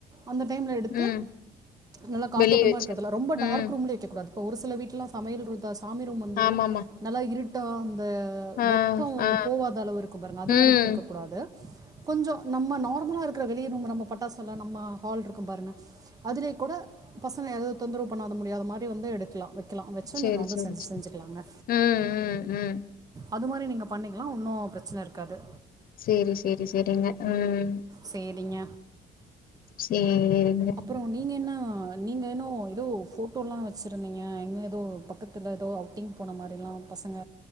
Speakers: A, on the right; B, on the left.
A: அந்த டைம்ல எடுத்து
B: ம்
A: நல்லா காத்தோட்டமா
B: வெளிய வச்சு
A: இருக்கிறதில்ல ரொம்ப டார்க்
B: ம்
A: ரூம்ல வைக்க கூடாது ஒரு சில வீட்லா சமையல் ருதா சாமி ரூம் வந்து
B: ஆமாமா
A: நல்லா இருட்டா அந்த
B: ஆ
A: வெப்ப
B: ஆ
A: போகாத அளவு இருக்கு பாருங்க அது
B: ம்
A: மாரிலா இருக்கக் கூடாது கொஞ்சோ நம்ம நார்மலா இருக்கிற வெளிய நுங்க நம்ம பட்டாசு எல்லா நம்ம ஹால் இருக்கும் பாருங்க அதிலே கூட பசங்க எது தொந்தரவு பண்ணாத முடியாத மாதிரி வந்து எடுக்கலா வக்கலா வச்சு
B: சேரி
A: நீங்க வந்து
B: சேரி
A: த செஞ்சு
B: சேரி
A: செஞ்சுக்கலாங்க
B: ம்
A: அது மாரி நீங்க பண்ணிங்களா ஒன்னும் பிரச்சனை இருக்காது
B: சேரி சேரி சேரிங்க உம்
A: சேரிங்க
B: சேரிங்க
A: அப்புற நீங்க என்ன நீங்க ஏன்னோ ஏதோ ஃபோட்டோலா வச்சுருந்தீங்க எங்கே ஏதோ பக்கத்தில ஏதோ ஔ ட்டிங் போன மாரில்லா பசங்க